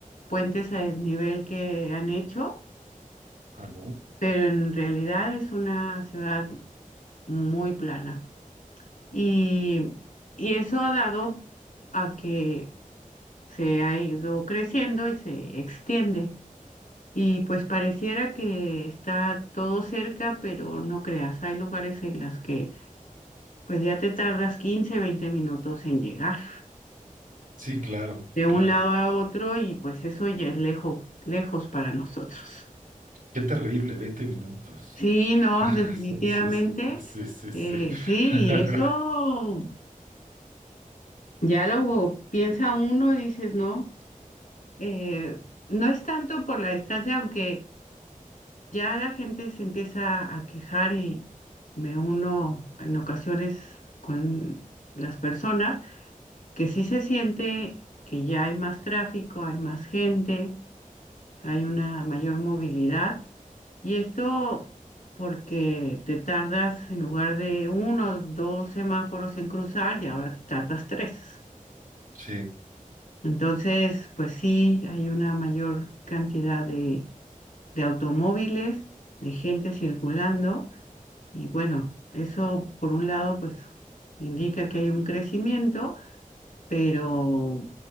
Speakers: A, on the left; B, on the right.
A: puentes a desnivel que han hecho,
B: Ajá.
A: pero en realidad es una ciudad muy plana. Y, y eso ha dado a que se ha ido creciendo y se extiende. Y pues pareciera que está todo cerca, pero no creas, hay lugares en las que pues ya te tardas quince 20 minutos en llegar.
B: Sí, claro,
A: de un
B: claro.
A: lado a otro y pues eso ya es lejos, lejos para nosotros.
B: Qué terrible, veinte minutos.
A: Sí, no,
B: <laughs>
A: definitivamente,
B: Sí, sí, sí, sí, sí, sí. Sí,
A: eh, sí,
B: <laughs>
A: y eso ya lo piensa uno, dices, no, eh, no es tanto por la distancia, aunque ya la gente se empieza a quejar y me uno en ocasiones con las personas, que sí se siente que ya hay más tráfico, hay más gente hay una mayor movilidad. Y esto porque te tardas en lugar de uno, o dos semáforos en cruzar y ahora te tardas tres.
B: Sí.
A: Entonces, pues sí, hay una mayor cantidad de, de automóviles, de gente circulando y bueno, eso por un lado pues indica que hay un crecimiento, pero